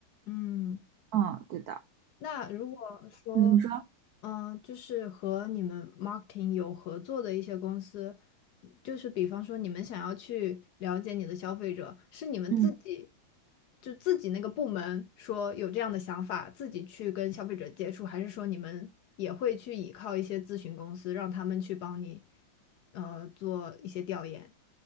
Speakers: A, on the left (about 70°); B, on the right (about 80°).
A: 嗯。
B: 嗯，对的。
A: 那如果说，
B: 嗯，你说。
A: 嗯、就是和你们 marketing 有合作的一些公司，就是比方说你们想要去了解你的消费者，是你们自己
B: 嗯。
A: 就自己那个部门说有这样的想法，自己去跟消费者接触，还是说你们也会去依靠一些咨询公司，让他们去帮你，呃，做一些调研？